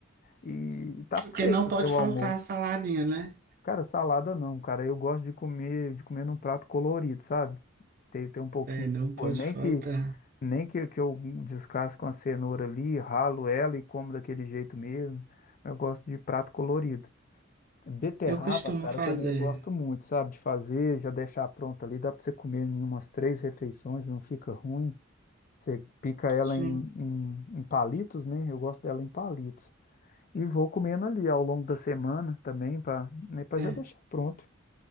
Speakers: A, on the left (about 40°); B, on the right (about 45°).
A: e tá
B: Porque
A: feito
B: não pode
A: o seu
B: faltar
A: almoço.
B: a saladinha, né?
A: Cara, salada não, cara. Eu gosto de comer, de comer num prato colorido, sabe? Tem, tem um pouquinho
B: É, não
A: de cor.
B: pode
A: Nem
B: faltar.
A: que, nem que, que eu descasco uma cenoura ali, ralo ela e como daquele jeito mesmo. Eu gosto de prato colorido. Beterraba,
B: Eu costumo
A: cara,
B: fazer.
A: também eu gosto muito, sabe? De fazer, já deixar pronta ali. Dá pra você comer em umas três refeições, não fica ruim. Você pica ela
B: Sim,
A: em, em, em palitos, né? Eu gosto dela em palitos. E vou comendo ali ao longo da semana também, para né, para
B: é.
A: já deixar pronto.